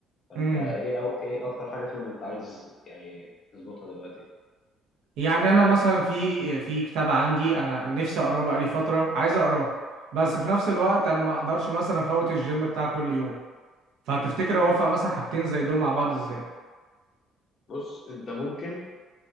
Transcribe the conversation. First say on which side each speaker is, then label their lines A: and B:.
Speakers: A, on the left; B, on the right.
A: فانت
B: امم
A: ايه أو ايه اكتر حاجه فيهم انت عايز يعني تظبطها دلوقتي
B: يعني انا مثلا في في كتاب عندي انا نفسي اقراه بقالي فترة عايز اقراه بس في نفس الوقت انا ما اقدرش مثلا افوت الجيم بتاع كل يوم فهتفتكر اوفق مثلا حاجتين زي دول مع بعض ازاي
A: بص انت ممكن